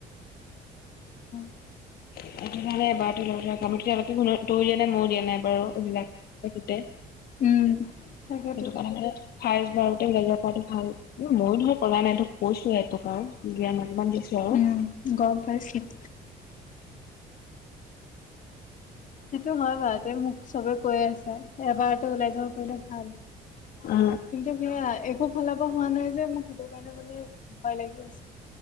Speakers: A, on the left; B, on the left.
A: <inaudible>
B: সেইটো কাৰণে এবাৰতে লৈ লোৱা কাৰণ বাকী কোনো তয়ো দিয়া নাই ময়ো দিয়া নাই বাৰু এইবিলাক এটোতে
A: উম তাকেতো।
B: সেইটো কাৰণে মানে ফাৰ্ষ্ট বাৰতে ওলাই যোৱাতো ভাল মইয়ো ধৰ কৰা নাই ধৰক কৈছো এইটো কাৰণ জ্ঞান অকমান দিছো আৰু।
A: উম, গম পাইছিলো। সেইটো হয় বাৰুতে মোক চবে কৈয়ে আছে এবাৰতে ওলাই যাব পাৰলে ভাল।
B: অ
A: কিন্তু সেয়া একো ফালৰ পৰা হোৱা নাই যে মোক সেইটো কাৰণে মানে ভয় লাগি আছে।